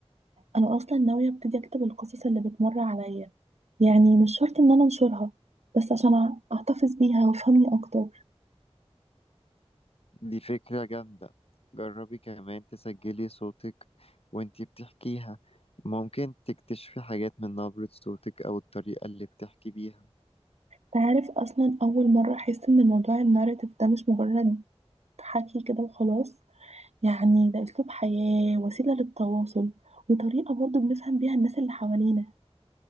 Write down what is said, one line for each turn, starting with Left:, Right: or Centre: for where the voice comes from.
Right: أنا أصلا ناوية أبتدي أكتب القصص اللي بتمر عليا يعني مش شرط إن أنا أنشرها بس عشان أع- أحتفظ بيها وأفهمني أكتر
Left: دي فكرة جامدة جربي كمان تسجلي صوتك وانتي بتحكيها ممكن تكتشفي حاجات من نبرة صوتك أو الطريقة اللي بتحكي بيها
Right: تعرف أصلا أول مرة أحس إن موضوع الناريتيف ده مش مجرد حكي كده وخلاص يعني ده أسلوب حياة وسيلة للتواصل وطريقة برضو بنفهم بيها الناس اللي حوالينا